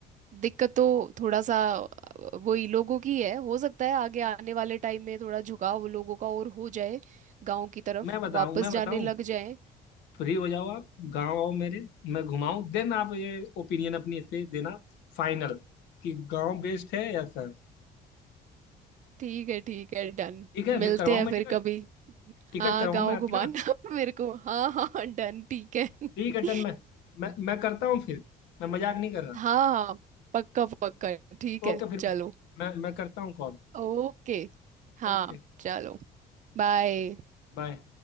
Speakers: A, on the right; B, on the left.
A: दिक्कत तो थोड़ा सा अ, वही लोगों की है हो सकता है आगे आने वाले टाइम में थोड़ा झुकाव लोगों का और हो जाए गांव की तरफ
B: मैं बताऊं
A: वापस
B: मैं
A: जाने
B: बताऊं
A: लग जाए
B: फ्री हो जाओ आप गांव आओ मेरे मैं घुमाऊं देन आप ये ओपिनियन अपनी इस पे देना फाइनल कि गांव बेस्ट है या शहर
A: ठीक है ठीक है डन
B: ठीक है फिर
A: मिलते
B: करवाऊं
A: हैं
B: मैं
A: फिर
B: टिकट
A: कभी
B: टिकट
A: हाँ
B: करवाऊं
A: गांव
B: मैं आपकी
A: घुमाना
B: ना
A: <laughs> मेरे को हाँ हाँ हाँ, डन ठीक है <laughs>
B: ठीक है डन मैं मैं मैं करता हूँ फिर मैं मजाक नहीं कर रहा
A: हाँ हाँ पक्का पक्का ठीक है
B: ओके फिर
A: चलो
B: मैं मैं, मैं करता हूँ कॉल
A: ओके हाँ
B: ओके
A: चलो बाय
B: बाय